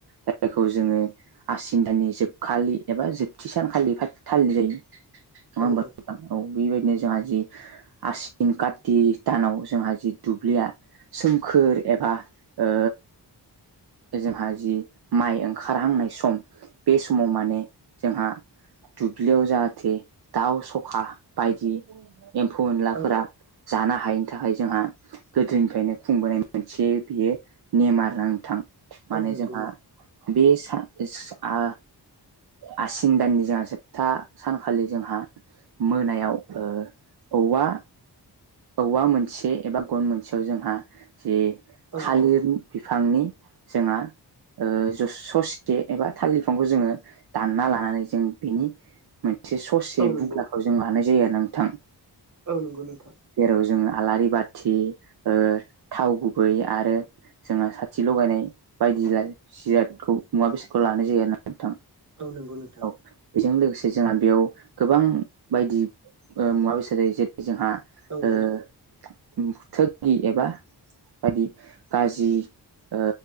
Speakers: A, on the right (about 65°); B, on the right (about 45°).
A: जायखौ जोङो आसिन दानानि जोबखालि एबा जोबथि सानखालि फालि थालि नाय जायो नङा
B: औ
A: होमबा
B: औ
A: औ बिबायदिनो जोंहा जि आसिन कार्ति दानाव जोंहा जि दुब्लिया सोमखोर एबा ओ जोंहा जि माइ ओंखारहांनाय सम बे समाव माने जोंहा दुब्लियाव जाहाथे दाउ सखा बायदि एम्फौ एनलाफोरा
B: औ
A: जानो हायैनि थाखाय जोंहा गोदोनिफ्रायनो खुंबोनाय मोनसे बियो नेम आरो नोंथां माने
B: औ नंगौ
A: जोंहा
B: नोंथां
A: बे सा सो आ आसिन दाननि जाहा जोबथा सानखालि जोंहा मोनायाव ओ औवा औवा मोनसे एबा गन मोनसेयाव जोंहा जे
B: औ
A: थालिर
B: औ
A: बिफांनि जोंहा ओ जुस ससे एबा थालिर बिफांखौ जोङो दानना लानानै जों बिनि थे ससे
B: औ नंगौ
A: बुग्लाखौ जों लानाय जायो आरो ना नोंथां
B: औ नोंगौ नोंथां
A: जेराव जोङो आलारि बाथि ओ थाव गुबै आरो जोंहा साथि लगायनाय बायदि लाय जिरादखौ मुवा बेसादखौ लानाय जायो आरो ना नोंथां
B: औ नंगौ नोंथां
A: औ बेजों लोगोसे जोंहा बेयाव गोबां बायदि ओ मुवा बेसाद जायो जेरै जोंहा
B: औ
A: ओ
B: औ
A: उम थोगि एबा बायदि गाजि ओ